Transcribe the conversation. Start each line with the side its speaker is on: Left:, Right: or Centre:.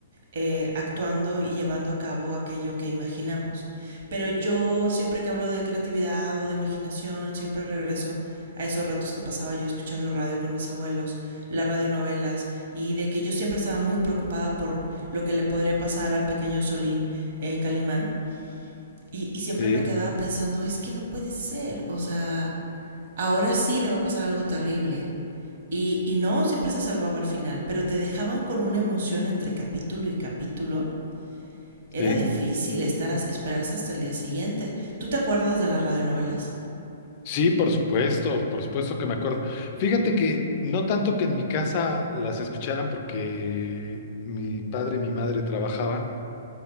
Right: eh, actuando y llevando a cabo aquello que imaginamos. Pero yo siempre que hablo de creatividad o de imaginación, siempre regreso a esos ratos que pasaba yo escuchando el radio con mis abuelos, las radionovelas, y de que yo siempre estaba muy preocupada por lo que le podría pasar al pequeño Solín en Calimán. Y, y siempre
Left: Sí,
Right: me quedaba pensando, es que no puede ser, o sea, ahora sí le va a pasar algo terrible. Y, y no, siempre se salvaba al final, pero te dejaban con una emoción entre capítulo y capítulo. Era
Left: sí.
Right: difícil estar a, esperarse hasta el día siguiente. ¿Tú te acuerdas de las radionovelas?
Left: Sí, por supuesto, por supuesto que me acuerdo. Fíjate que no tanto que en mi casa las escucharan porque mi padre y mi madre trabajaban